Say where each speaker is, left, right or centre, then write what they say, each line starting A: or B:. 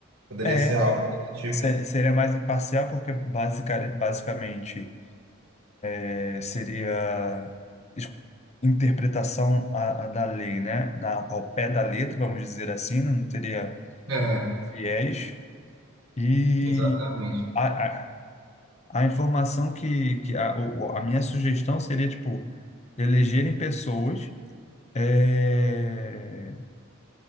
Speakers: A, on the right (about 75°); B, on the left (about 35°).
A: Poderia
B: É,
A: ser algo desse tipo.
B: ser- seria mais imparcial porque basica- basicamente é, seria es- interpretação a, a da lei, né? Na, ao pé da letra, vamos dizer assim, não teria
A: É,
B: viés. E
A: exatamente.
B: a, a, a informação que, que a, o- a minha sugestão seria, tipo, elegerem pessoas eh,